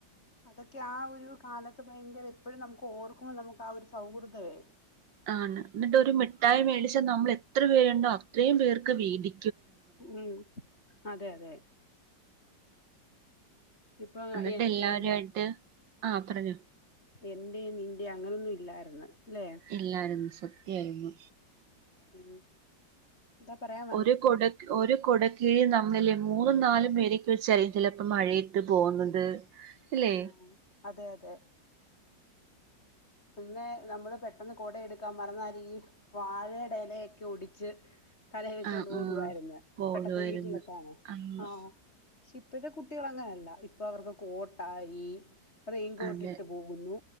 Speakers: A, on the left; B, on the right.
A: അതൊക്കെ ആ ഒരു കാലത്ത് ഭയങ്കര ഇപ്പഴും നമുക്ക് ഓർക്കുമ്പം നമുക്ക് ആ ഒര് സൗഹൃദവേ
B: ആണ് ന്നിട്ട് ഒര് മിട്ടായി മേടിച്ച നമ്മള് എത്ര പേരുണ്ടോ അത്രയും പേർക്ക് വീദി
A: ഉം അതെ അതെ ഇപ്പം
B: എന്നിട്ട്
A: എന്റെ
B: എല്ലാവരുമായിട്ട്
A: നി
B: ആ പറഞ്ഞോ
A: എന്റെ നിന്റെ അങ്ങനൊന്നു ഇല്ലായിര്ന്ന് ല്ലേ
B: ഇല്ലായിരുന്ന് സത്യായിരുന്നു
A: ഉം എന്താ പറയാം
B: ഒരു കൊട ഒരു കൊട കീഴിൽ നമ്മളില്ലേ മൂന്നും നാലും പേരെക്കെ വെച്ചാരിക്കില്ലേ ഇപ്പം മഴയത്ത് പോന്നത് ഇല്ലേ
A: ആ അതെ അതെ പിന്നെ നമ്മള് പെട്ടെന്ന് കൊട എടുക്കാം മറന്നാല് വാഴേടെ എലെയെക്കെ ഒടിച്ച് തലേ വെച്ചോണ്ട്
B: ആ
A: ഓടുവായ്ര്ന്ന്
B: ആ പോകുമായിരുന്നു
A: പെട്ടെന്ന് വീട്ടിലെത്താന്
B: അന്ന്
A: ആ പക്ഷെ ഇപ്പഴ്ത്ത കുട്ടികള് അങ്ങനല്ല ഇപ്പ അവർക്ക് കോട്ടായി റെയിൻകോട്ട്
B: അതെ
A: ഇട്ട് പോവുന്നു